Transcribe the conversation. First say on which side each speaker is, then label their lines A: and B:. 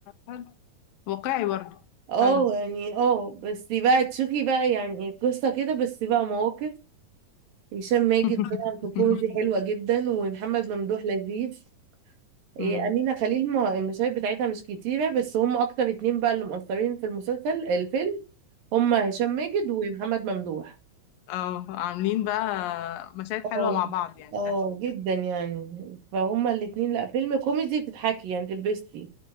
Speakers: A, on the left; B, on the right.
A: حلو واقعي برضه
B: اه
A: حلو
B: يعني اه بس بقى تشوفي بقى يعني قصة كده بس بقى مواقف هشام ماجد
A: <laughs>
B: طبعا في الكوميدي حلوة جدا ومحمد ممدوح لذيذ إيه،
A: أمم.
B: أمينة خليل ما المشاهد بتاعتها مش كتيرة بس هم أكتر اتنين بقى اللي مؤثرين في المسلسل الفيلم هم هشام ماجد ومحمد ممدوح
A: اه عاملين بقى مشاهد حلوة
B: اه
A: مع بعض يعني
B: اه
A: ضحك وكده
B: جدا يعني فهم الاتنين لا فيلم كوميدي تتحكي يعني تلبستي